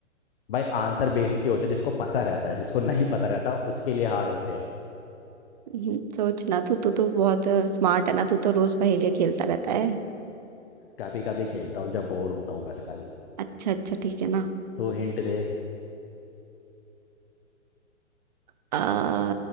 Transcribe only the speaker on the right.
हम्म, सोचना तू तू तो बहुत स्मार्ट है ना तू तो रोज पहेलियाँ खेलता रहता है
अच्छा अच्छा ठीक है ना
आ,